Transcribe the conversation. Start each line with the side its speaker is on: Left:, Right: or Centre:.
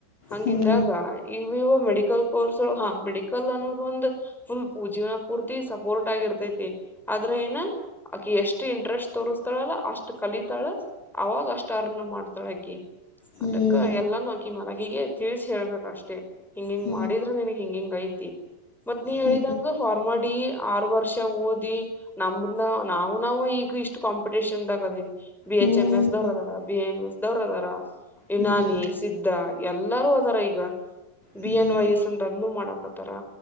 Centre: ಹಂಗಿದ್ದಾಗ
Left: ಹ್ಮ್
Centre: ಇವು ಇವ ಮೆಡಿಕಲ್ ಕೋರ್ಸ್ ಹಾ ಮೆಡಿಕಲ್ ಅನ್ನೋದು ಒಂದು ಫುಲ್ ಜೀವನ ಪೂರ್ತಿ ಸಪೋರ್ಟ್ ಆಗಿರ್ತೈತಿ ಆದ್ರ ಏನ ಅಕಿ ಎಷ್ಟ್ ಇಂಟ್ರೆಸ್ಟ್ ತೋಸ್ತಾಳಲ್ಲ ಅಷ್ಟ್ ಕಲಿತಾಳ ಅವಾಗ ಅಷ್ಟ ಅರ್ನ್ನ ಮಾಡ್ತಾಳ ಅಕಿ
Left: ಹ್ಮ್
Centre: ಅದಕ್ಕ ಎಲ್ಲಾನೂ ಆಗಿ ಮಲಗಿಗೆ ತಿಳಿಸಿಿ ಹೇಳ್ಬೇಕ ಅಷ್ಟೆ ಹಿಂಗ ಹಿಂಗ್
Left: ಹ್ಮ್
Centre: ಮಾಡಿದ್ರ ನನ್ಗ್ ಹಿಂಗ ಹಿಂಗ ಐತಿ ಮತ್ ನೀ ಹೇಳಿದಂಗ
Left: ಹ್ಮ್
Centre: ಫಾರ್ಮಾಡಿ ಆರ್ ವರ್ಷ ಓದಿ ನಮಂದ ನಾವು ನಾವವು ಈಗ ಇಷ್ಟ್ ಕಾಂಪಿಟೇಷನ್ದಗದಿವವಿ ಬಿ
Left: ಹ್ಮ್
Centre: ಎಚ್ ಎಂ್ ಎಸ್ ದ್ರ ಅದ ಬಿಮ್ ದವರು ಅದಾರ ಯುನಾನಿ
Left: ಹ್ಮ್
Centre: ಸ್ಧ ಎಲ್ಲಾರೂ ಅದಾರ ಈಗ ಬಿ
Left: ಹ್ಮ್
Centre: ಎನ್ ವೈ
Left: ಹ್ಮ
Centre: ಎಸ್ ಅಂತ ಅದನ್ನುೂ ಮಾಡಕತ್ತ